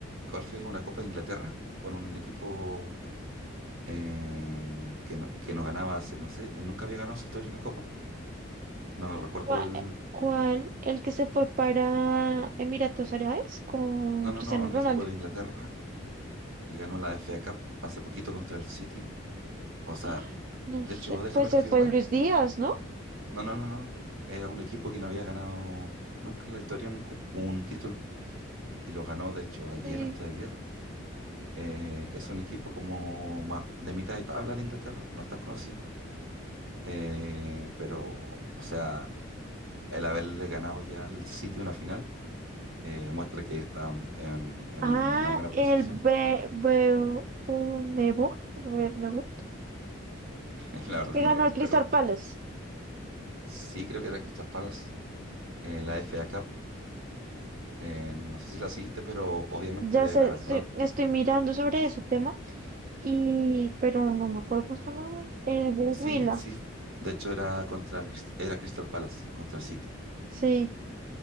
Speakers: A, on the right; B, on the right.
A: ¿cuál fue? Una Copa de Inglaterra con un equipo eh, que, no, que no ganaba hace, no sé, eh, nunca había ganado en su historia una copa. No recuerdo
B: ¿cuál,
A: el.
B: cuál el que se fue para Emiratos Árabes con
A: No,
B: Cristiano
A: no, no, un
B: Ronaldo?
A: equipo de
B: <gasps>
A: Inglaterra que ganó la FA Cup hace poquito contra el City. O sea,
B: Ah, No
A: de
B: sé,
A: hecho, déjame
B: pues
A: confirmar.
B: se fue Luis Díaz, ¿no?
A: No, no, no, no. Era un equipo que no había ganado nunca en la historia un, cu- un título. Y lo ganó, de hecho, ayer
B: Sí.
A: o antes de ayer. Eh, es un equipo como ma- de mitad de tabla de Inglaterra. No es tan conocido. Eh, pero, o sea, el haberle ganado ya al City una final eh, muestra que está en, en
B: Ah,
A: un- una buena posición.
B: el Be Bernabéu, Bernabéu,
A: <laughs> La verdad
B: que
A: no
B: ganó
A: recuerdo.
B: el Crystal Palace.
A: Sí, creo que era Crystal Palace, eh, la FA Cup. eh, no sé si la seguiste, pero obviamente
B: Ya
A: deben
B: sé,
A: haber
B: estoy,
A: dado.
B: estoy mirando sobre ese tema, y, pero no me acuerdo cómo se llama. El del
A: Sí,
B: Huila.
A: sí. De hecho, era contra el Crist- era Crystal Palace, contra City.
B: Sí,